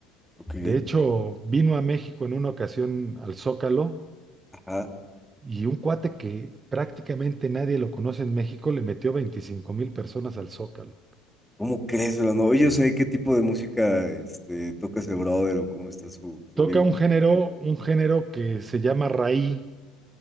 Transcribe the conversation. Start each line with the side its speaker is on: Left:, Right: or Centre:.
Centre: Ok.
Right: De hecho, vino a México en una ocasión al Zócalo
Centre: Ajá.
Right: y un cuate que prácticamente nadie lo conoce en México le metió veinticinco mil personas al Zócalo.
Centre: ¿Cómo crees, hermano? Oye, o sea, ¿qué tipo de música este, toca ese brother o cómo está su, su
Right: Toca
Centre: vibra?
Right: un género, un género que se llama raï,